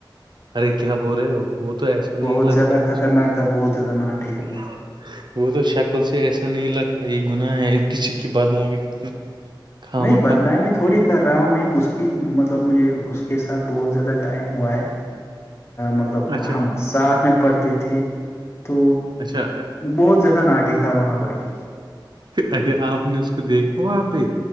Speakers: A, on the right; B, on the left.
A: ارے کیا بول رہے ہو وہ تو ایسا نہیں
B: بہت
A: لگتا
B: زیادہ
A: ہے
B: خطرناک
A: اا
B: تھا بہت زیادہ ناٹے ہے
A: <unintelligible>
B: وہ
A: وہ تو شکل سے ایسا نہیں لگتا یہ گناہ ہے کسی کی بدنامی <unintelligible> کھا
B: نہیں
A: مکھا
B: بدنامی تو تھوڑی کر رہا ہوں میں اس کی مطلب مجھے اس کے ساتھ بہت زیادہ ٹائم ہوا ہے مطلب
A: اچھا
B: ہم ساتھ میں پڑھتے تھے تو
A: اچھا
B: بہت زیادہ ناٹی تھا وہاں پر بھی
A: ارے آپ نے اس کو دیکھا وہاں پہ